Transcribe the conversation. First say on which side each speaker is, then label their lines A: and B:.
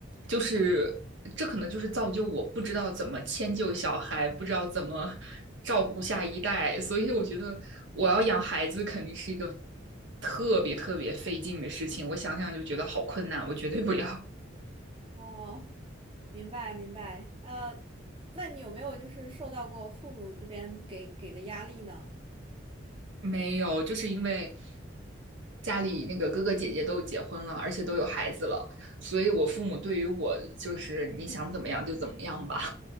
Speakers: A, on the right; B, on the right.
A: 就是这可能就是造就我不知道怎么迁就小孩，不知道怎么照顾下一代，所以我觉得我要养孩子肯定是一个特别特别费劲的事情。我想想就觉得好困难，我绝对不要。
B: 哦。明白明白。呃，那你有没有就是受到过父母这边给给的压力呢？
A: 没有，就是因为家里那个哥哥姐姐都结婚了，而且都有孩子了，所以我父母对于我就是你想怎么样就怎么样吧。